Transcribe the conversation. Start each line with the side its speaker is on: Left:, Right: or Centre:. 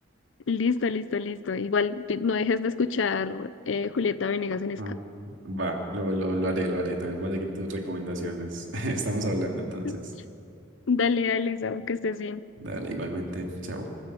Left: Listo, listo, listo. Igual no dejes de escuchar eh, Julieta Venegas en
Right: Ah,
Left: Ska.
Right: va, lo, lo, lo haré, lo haré. También voy a seguir tus recomendaciones. <laughs> Estamos hablando entonces.
Left: <laughs> Dale, dale, Samu, que estés bien.
Right: Dale, igualmente. Chao.